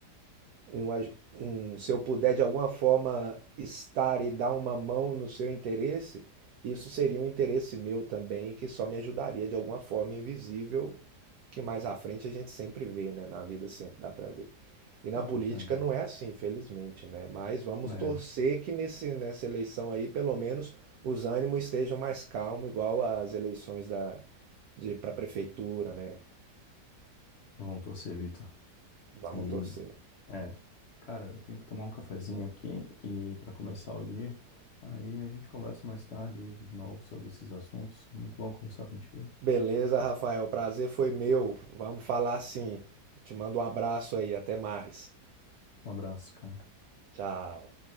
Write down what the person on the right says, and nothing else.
um, aj- um- se eu puder de alguma forma estar e dar uma mão no seu interesse, isso seria um interesse meu também, que só me ajudaria de alguma forma invisível, que mais à frente a gente sempre vê, né? Na vida sempre dá para ver. E na
política
não é assim, infelizmente, né? Mas vamos
torcer que nesse, nessa eleição aí, pelo menos, os ânimos estejam mais calmos, igual às eleições da, de para prefeitura, né?
Vamos
torcer.
Beleza, Rafael. Prazer foi meu. Vamos falar assim. Te mando um abraço aí. Até mais.
Tchau.